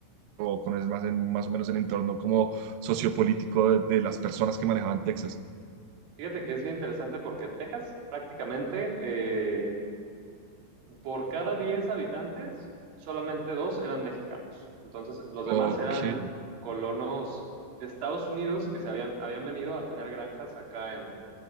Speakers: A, on the right; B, on the right.
A: o conoces más, en- más o menos el entorno como sociopolítico de, de las personas que manejaban Texas.
B: fíjate que es bien interesante porque Texas prácticamente... Eh, Por cada 10 habitantes, solamente dos eran mexicanos. Entonces, los
A: Ok,
B: demás eran colonos de Estados Unidos que se habían, habían venido a tener granjas acá en,